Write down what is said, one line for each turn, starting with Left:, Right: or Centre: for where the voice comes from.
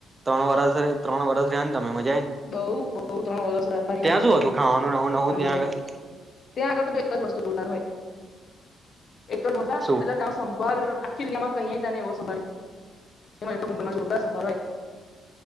Right: તણ વરષ જ ત્રણ વરષ રહ્યા ને તમે એમજ
Left: બઉ બઉ ત્રણ વરસ <unintelligible>
Right: ત્યાં શું હતું ખાવાનું નવું નવું ત્યાં
Left: મુંબઈમાં
Right: આગળ
Left: ત્યાં આગળ તો એક જ વસ્તુ જોનાર હોય એ તો ડોસા
Right: શું
Left: એટલે ત્યાં શંભાર આખી <unintelligible> કઇએય તને એવો સંભાર <unintelligible> મુંબઈમાં જોરદાર સંભાર હોય